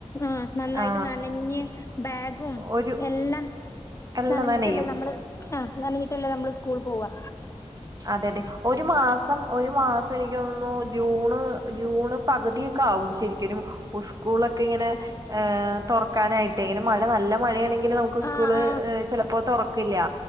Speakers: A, on the left; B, on the right.
A: ആഹ് നന്നായ്ട്ട്
B: ആ
A: നനഞ്ഞ് ബാഗും
B: ഒരു
A: എല്ലാം
B: എല്ലാം
A: നനഞ്ഞിട്ടല്ലേ
B: നനയും
A: നമ്മള് ആഹ് നനഞ്ഞി ട്ടല്ലേ നമ്മള് സ്കൂൾ പോവാ
B: അതെ അതെ ഒരു മാസം ഒരു മാസ് എനിക്കോന്നുന്നൂ ജൂണ് ജൂണ് പകിതിയോക്കേ ആവും ശെരിക്കിനും ഉസ്കൂളക്ക ഇങ്ങനെ ഏഹ് തൊറക്കാനായിട്ടെ ഇങ്ങന മഴ നല്ല മഴെണെങ്കി ങ്കില് നമ്മുക്ക് സ്കൂള്
A: ആഹ് ആഹ്
B: ചെലപ്പോ തെറ ക്കില്ല്യ